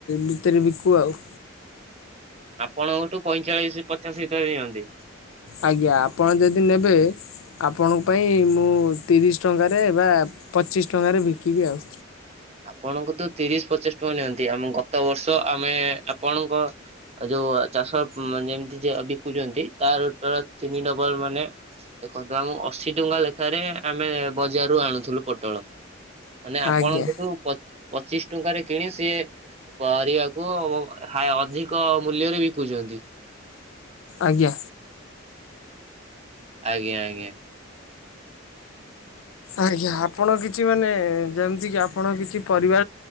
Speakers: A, on the left (about 80°); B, on the right (about 30°).
A: ଭିତରେ ବିକୁ ଆଉ।
B: ଆପଣଙ୍କଠୁ ପଇଁଚାଳିଶି ପଚାଶ ଭିତରେ ନିଅନ୍ତି।
A: ଆଜ୍ଞା ଆପଣ ଯଦି ନେବେ? ଆପଣଙ୍କ ପାଇଁ ମୁଁ ତିରିଶ ଟଙ୍କାରେ ବା ପଚିଶ ଟଙ୍କାରେ ବିକିବି ଆଉ।
B: ଆପଣଙ୍କ ତ ତିରିଶ ପଚିଶ ଟଙ୍କା ନିଅନ୍ତି। ଆମ ଗତ ବର୍ଷ ଆମେ ଆପଣଙ୍କ ଯୋଉ ଚାଷ ଯେମତି ଯିଏ ବିକୁଚନ୍ତି। ତାର ତିନି ନବର ମାନେ? ଦେଖନ୍ତୁ ଆମ ଅଶୀ ଟଙ୍କା ଲେଖାରେ ଆମେ ବଜାରୁ ଆଣୁଥିଲୁ ପୋଟଳ। ମାନେ ଆପଣଙ୍କଠୁ
A: ଆଜ୍ଞା
B: ପ ପଚିଶ ଟଙ୍କାରେ କିଣି ସିଏ ପରିବାକୁ ହା ଅଧିକ ମୂଲ୍ୟରେ ବିକୁଚନ୍ତି।
A: ଆଜ୍ଞା।
B: ଆଜ୍ଞା ଆଜ୍ଞା।
A: ଆଜ୍ଞା ଆପଣ କିଛି ମାନେ ଯେମିତି କି ଆପଣ କିଛି ପରିବା